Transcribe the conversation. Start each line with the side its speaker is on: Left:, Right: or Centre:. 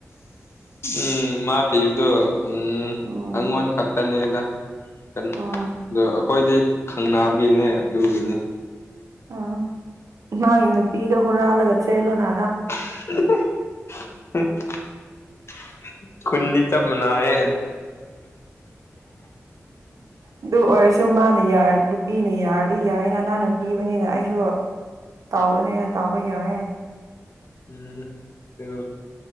Left: ꯎꯝ ꯃꯥ ꯄꯤꯕꯗꯣ ꯎꯝ
Right: ꯎꯝ
Left: ꯑꯩꯉꯣꯟ ꯈꯛꯇꯅꯦꯅ ꯑ
Right: ꯎꯝ
Left: ꯑꯩꯈꯣꯏꯗꯤ ꯈꯪꯅꯕꯒꯤꯅꯦ ꯑꯗꯨꯒꯤꯅꯤ
Right: ꯑ ꯃꯥ ꯏ ꯅꯨꯄꯤꯤꯗ ꯍꯨꯔ ꯍꯥꯜꯒ ꯆꯦꯂꯣꯅ
Left: <unintelligible> ꯈꯨꯨꯟꯗꯤ ꯆꯞ ꯃꯅꯥꯑꯦ
Right: ꯑꯗꯨ ꯑꯣꯏꯔꯁꯨ ꯃꯥꯅ ꯌꯥꯔ ꯄꯤꯅ ꯌꯥꯔꯗꯤ ꯌꯥꯏꯌꯦꯅ ꯅꯅꯥꯅ ꯄꯤꯕꯅꯤꯅ ꯑꯩꯁꯨ ꯇꯥꯎꯕꯅꯦꯅ ꯇꯥꯎꯕ ꯀꯌꯥ
Left: ꯎꯝ